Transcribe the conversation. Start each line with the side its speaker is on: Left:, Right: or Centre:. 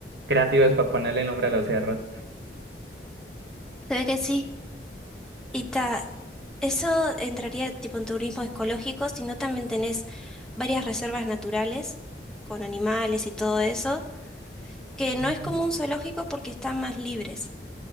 Right: creativos para ponerle nombre a los cerros.
Centre: Se ve que sí. Y ta- Eso entraría tipo en turismo ecológico, sino también tenés varias reservas naturales con animales y todo eso, que no
Right: Ujú.
Centre: es como un zoológico porque están más libres,